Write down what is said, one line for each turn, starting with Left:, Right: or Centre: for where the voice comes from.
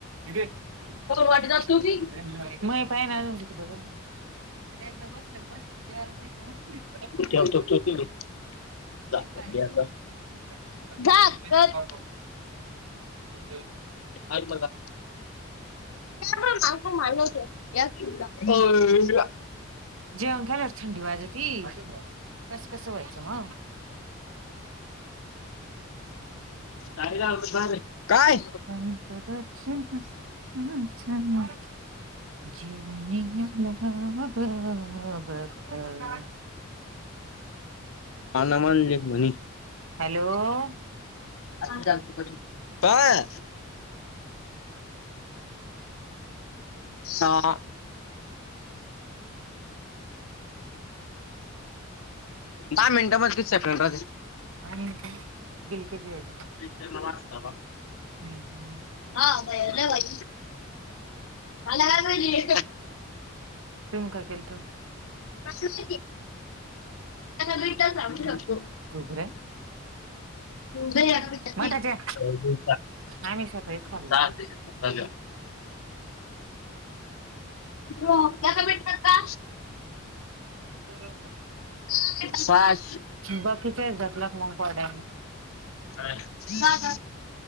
Right: नाही.
Left: वाटी जात होती.
Right: माय पाहून राहिली कुणी कडे. जेवायला बसला की
Left: ठेवतो
Right: बसल.
Left: तू तिकडे.
Right: <unintelligible>
Left: जा, जा, घे आता. झाकत
Right: ह ममः! !
Left: आतबघाया भात आत माणुस हाय! या की? हो य!
Right: जेवण करा थंडी वाजती कस कसं व्हायचं मग! !
Left: काय रावत बरे काय?
Right: अंत दर्शन ना? चा छंद! घेऊनिया आले. हा! ब! ब! !.
Left: ह नमानज म्हणी!
Right: हॅलो
Left: <unintelligible> <inaudible> लत काय. सांह. !! दहा मिनट मध्ये किती? सेप्रेंट राहते.
Right: <inaudible> <unintelligible> आणि बिलक्याची भाजी
Left: हा
Right: ह.
Left: हा! भईला भई. मला काय पाहिजे.
Right: तुम्ही काय केलत
Left: तुझ्यासाठी मि थांबूसांगू शकतो.
Right: घुगऱ्या
Left: दहा मिनिटात
Right: मठाच्या
Left: निघ!
Right: आम्ही सकाळीच खाल्लो
Left: चाल! हो! येका मिट का?
Right: बरोबर! !
Left: <inaudible> <unintelligible> पाय.
Right: बाकी तेच दधकलाख मकवाड्याने!
Left: अ हा!